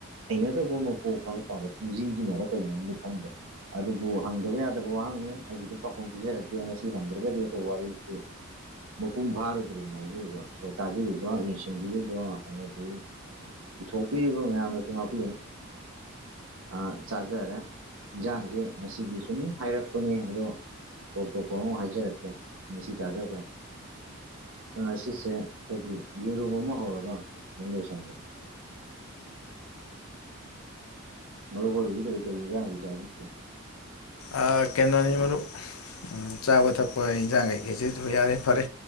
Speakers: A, on the right; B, on the left.
A: ꯍꯩꯅꯗꯕꯃ ꯄꯣꯛꯄ ꯍꯥꯏ ꯇꯥꯔꯦ ꯄꯨꯨꯡꯁꯤꯡꯁꯤꯅꯔ ꯀꯩꯅꯣꯗꯤ ꯈꯪꯗꯦ ꯑꯗꯨꯕꯨ ꯍꯪꯗꯕ ꯌꯥꯗꯕ ꯋꯥꯍꯪꯅꯤ ꯑꯩꯒꯤꯗꯤ ꯄꯈꯣꯡ ꯄꯤꯖꯔꯛꯀꯦ ꯉꯁꯤ ꯍꯪꯗ꯭ꯔꯒꯗꯤ ꯈꯣꯏ ꯋꯔꯤꯁꯤ ꯃꯄꯨꯡ ꯐꯥꯔꯣꯏꯗ꯭ꯔꯤꯝꯅꯦ ꯍꯥꯏꯖꯔꯤꯕ ꯈꯣꯏ ꯇꯥꯕꯤꯔꯤꯕ ꯚꯥꯞꯅ ꯁꯤꯡꯕꯤꯔꯤꯕ ꯑꯩꯅ ꯍꯥꯏꯗꯤ ꯄꯨꯊꯣꯛꯄꯤꯔꯤꯕ ꯃꯌꯥꯝꯅꯁꯨ ꯉꯥꯛꯄꯤꯔꯅꯤ ꯑꯥ ꯆꯥꯖꯔꯦ ꯏꯟꯖꯥꯡꯁꯦ ꯉꯁꯤꯒꯤ ꯁꯨꯝ ꯍꯥꯏꯔꯛꯄꯅꯦ ꯑꯗꯣ ꯇꯣꯞ ꯇꯣꯞꯄ ꯑꯃ ꯍꯥꯏꯖꯔꯛꯀꯦ ꯉꯁꯤ ꯆꯥꯖꯕ ꯉꯁꯤꯁꯦ ꯈꯣꯏꯒꯤ ꯌꯦꯔꯨꯝ ꯑꯃ ꯍꯧꯔꯒ ꯑꯗꯨꯝ ꯂꯣꯏꯁꯟꯒꯦ ꯃꯔꯨ ꯑꯣꯏꯕꯗꯤ ꯀꯔꯤ ꯀꯔꯤ ꯍꯤꯟꯖꯥꯡ ꯗꯤ ꯆꯥꯕꯤꯒꯦ
B: ꯑꯥ ꯀꯩꯅꯣꯅꯤ ꯃꯔꯨꯞ ꯎꯝ ꯆꯥꯕ ꯊꯛꯄ ꯏꯟꯖꯥꯡ ꯀꯩꯈꯩꯁꯤꯁꯨ ꯌꯥꯔꯦ ꯐꯔꯦ